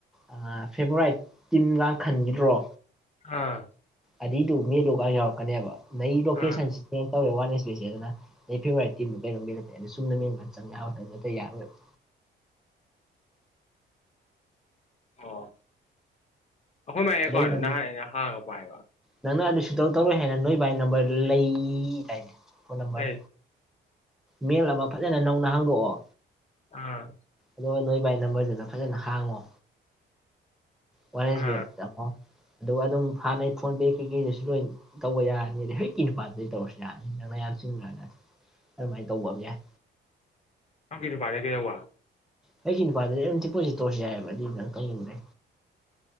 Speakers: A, in the centre; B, on the left.
A: ꯑ ꯐꯦꯕꯔꯥꯏꯠ ꯇꯤꯝ ꯂꯥꯡ ꯈꯟꯈꯤꯗ꯭ꯔꯣ
B: ꯑꯥ
A: ꯑꯗꯨꯏꯗꯨ ꯃꯦꯗꯨꯨꯒ ꯌꯥꯎꯔꯛꯀꯅꯦꯕ ꯅꯪ ꯂꯣꯀꯦꯁꯟꯁꯤ
B: ꯑꯥ
A: ꯆꯦꯟ ꯇꯧꯔꯦ ꯋꯥꯟ ꯑꯦꯁ ꯕꯤꯁꯦ ꯑꯗꯨꯅ ꯑꯩ ꯐꯦꯚꯣꯔꯔꯤꯠ ꯇꯤꯝ ꯀꯩꯅꯣ ꯃꯤ ꯅꯦ ꯑꯗ ꯁꯨꯝꯅ ꯃꯤꯡꯒ ꯆꯪ ꯌꯥꯕ ꯃꯇꯝꯗ ꯅꯠꯇ ꯌꯥꯔꯣꯏꯕ
B: ꯑꯣ ꯑꯩꯈꯣꯏ ꯃꯥꯏ ꯑꯦꯀꯥꯎꯟ
A: ꯑꯗꯩ
B: ꯑꯗꯨ
A: ꯅꯪ
B: ꯅꯍꯥꯟ ꯑꯩꯅ ꯍꯥꯡꯉ ꯄꯥꯏꯕ
A: ꯅꯪꯅ ꯑꯗꯨ ꯁꯨꯡꯇꯧ ꯇꯧꯔꯣꯏ ꯍꯥꯏꯔ ꯅꯣꯏ ꯕꯥꯏ ꯅꯝꯕꯔꯗꯨ ꯂꯩꯗꯥꯏꯅꯦ ꯐꯣꯟ ꯅꯝꯕꯔ
B: ꯑꯩ
A: ꯃꯦꯜꯂꯒ ꯐꯖꯅ ꯅꯧꯅ ꯍꯥꯡꯗꯣꯛꯑꯣ
B: ꯑꯥ
A: ꯑꯗꯣ ꯅꯣꯏ ꯕꯥꯏ ꯅꯝꯕꯔꯗꯨꯗ ꯐꯖꯅ ꯍꯥꯡꯉꯣ ꯋꯥꯟ ꯑꯦꯁ
B: ꯑꯥ
A: ꯕꯦꯝ ꯆꯪꯉꯣ ꯑꯗꯨꯒ ꯑꯗꯨꯝ ꯍꯥꯟꯅꯩ ꯐꯣꯟ ꯄꯦ ꯀꯩꯀꯩꯗꯁꯨ ꯂꯣꯏ ꯇꯧꯕ ꯌꯥꯔꯅꯤ ꯍꯧꯖꯤꯛꯀꯤ ꯅꯨꯄꯥꯗꯗꯤ ꯇꯧꯔꯁꯨ ꯌꯥꯔꯅꯤ ꯅꯪꯅ ꯌꯥꯝ ꯆꯤꯟꯈ꯭ꯔꯒꯅ ꯑꯗꯨꯃꯥꯏꯅ ꯇꯧꯕ ꯑꯃ ꯌꯥꯏ
B: ꯅꯪꯒꯤ ꯅꯨꯄꯥꯗꯤ ꯀꯩꯗꯧꯕ
A: ꯑꯩꯒꯤ ꯅꯨꯄꯥꯗꯗꯤ ꯑꯗꯨꯝ ꯇꯤꯄꯣꯁꯤ ꯇꯣꯔꯔꯁꯨ ꯌꯥꯑꯦꯕ ꯑꯗꯨꯏ ꯅꯪ ꯀꯛꯅꯤꯡꯗ꯭ꯔꯦ